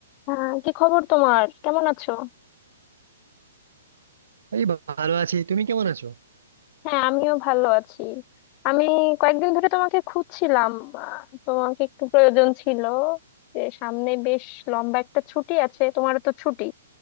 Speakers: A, on the left; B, on the right.
A: হ্যাঁ কি খবর তোমার কেমন আছো
B: এই ভালো আছি তুমি কেমন আছো
A: হ্যাঁ আমিও ভালো আছি আমি কয়েকদিন ধরে তোমাকে খুঁজছিলাম আহ, তোমাকে একটু প্রয়োজন ছিল যে সামনে বেশ লম্বা একটা ছুটি আছে তোমারও তো ছুটি